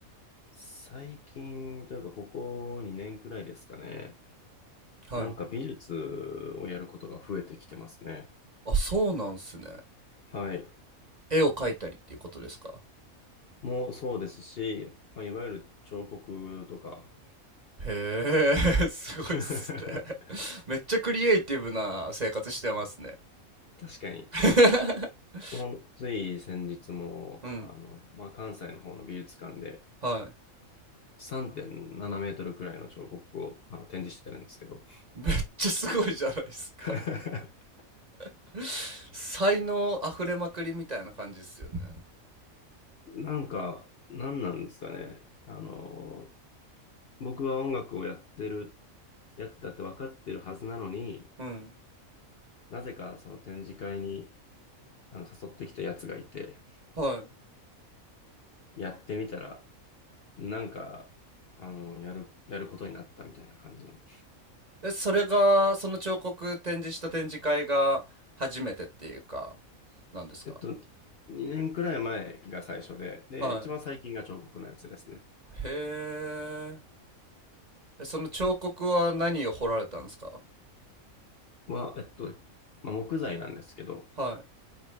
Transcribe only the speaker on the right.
はい。
あ、そうなんすね。
絵を描いたりっていうことですか
へえ、<laughs> すごいっすね。
めっちゃクリエイティブな生活してますね。
<laughs>
うん。
はい。
めっちゃすごいじゃないですか。
<laughs> 才能あふれまくりみたいな感じですよね。
うん。
は
い。え、それが、その彫刻展示した展示会が初めてっていうか、なんですか
はい。
へーえ。その彫刻は何を彫られたんですか
は